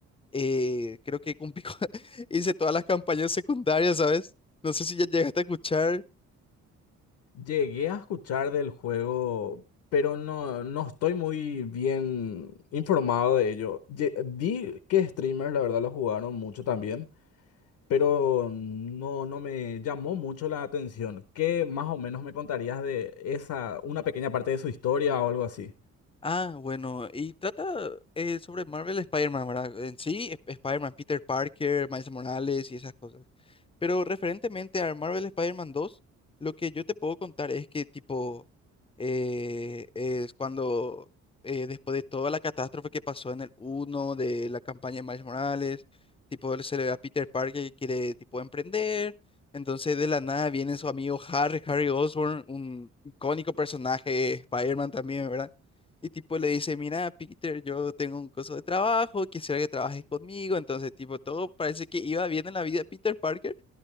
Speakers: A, on the left; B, on the left.
A: eh, creo que cumplí con- <laughs> hice todas las campañas secundarias, ¿sabes? No sé si ya llegaste a escuchar,
B: llegué a escuchar del juego, pero no, no estoy muy bien informado de ello. Lle- vi que streamers, la verdad, lo jugaron mucho también. pero no, no me llamó mucho la atención. ¿Qué más o menos me contarías de esa, una pequeña parte de su historia o algo así?
A: Ah, bueno, y trata eh, sobre Marvel Spider-Man, ¿verdad? En sí, Sp- Spider-Man, Peter Parker, Miles Morales y esas cosas. Pero referentemente a Marvel Spider-Man 2, lo que yo te puedo contar es que tipo eh, es cuando eh, después de toda la catástrofe que pasó en el uno de la campaña de Miles Morales, tipo él se le ve a Peter Parker que quiere tipo emprender, entonces de la nada viene su amigo Harry, Harry Osborn, un icónico personaje de Spider-Man también, ¿verdad? Y tipo le dice, mira, Peter, yo tengo un coso de trabajo, quisiera que trabajes conmigo. Entonces, tipo, todo parece que iba bien en la vida de Peter Parker.